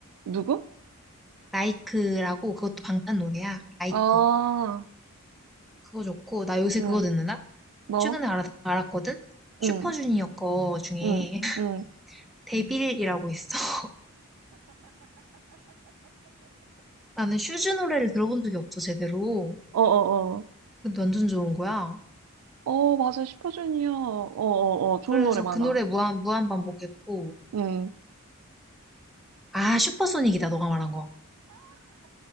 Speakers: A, on the right; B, in the centre.
A: 누구?
B: 라이크라고, 그것도 방탄 노래야. 라이크.
A: 아,
B: 그거 좋고, 나 요새
A: 응,
B: 그거 듣는다?
A: 뭐?
B: 최근에 알았, 알았거든? 슈퍼주니어
A: 응,
B: 거 중에.
A: 응, 응.
B: 데빌이라고 있어. <laughs> 나는 슈즈 노래를 들어본 적이 없어, 제대로.
A: 어, 어, 어.
B: 근데 완전 좋은 거야.
A: 어, 맞아. 슈퍼주니어. 어, 어, 어. 좋은
B: 그래서
A: 노래 많아.
B: 그 노래 무한, 무한 반복했고.
A: 응.
B: 아, 슈퍼소닉이다, 너가 말한 거.